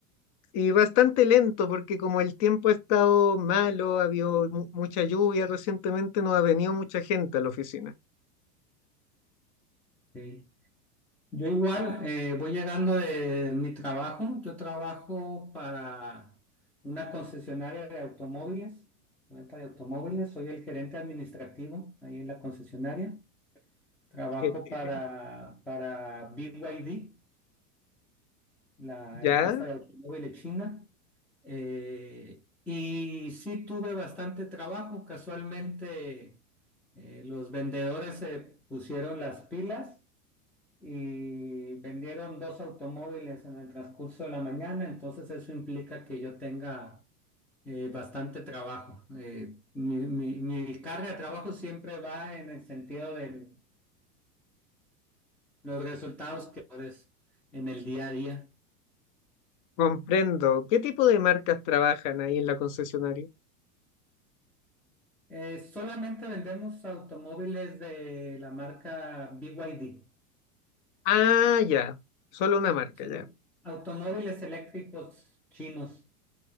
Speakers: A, on the left (about 45°); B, in the centre.
A: Y bastante lento porque como el tiempo ha estado malo, ha habido mu- mucha lluvia recientemente, no ha venido mucha gente a la oficina.
B: sí. Yo igual eh, voy llegando de mi trabajo. Yo trabajo para una concesionaria de automóviles, venta de automóviles. Soy el gerente administrativo ahí en la concesionaria. Trabajo
A: Qué-
B: para, para BYD, la
A: Ya,
B: empresa de automóviles china. Eh, y sí tuve bastante trabajo. Casualmente eh, los vendedores se pusieron las pilas y vendieron dos automóviles en el transcurso de la mañana. Entonces eso implica que yo tenga eh, bastante trabajo. Eh, mi, mi- mi carga de trabajo siempre va en el sentido de los resultados que logres en el día a día.
A: comprendo. ¿Qué tipo de marcas trabajan ahí en la concesionaria?
B: Eh, solamente vendemos automóviles de la marca BYD.
A: Ah, ya, solo una marca,
B: Son
A: ya.
B: au- automóviles eléctricos chinos,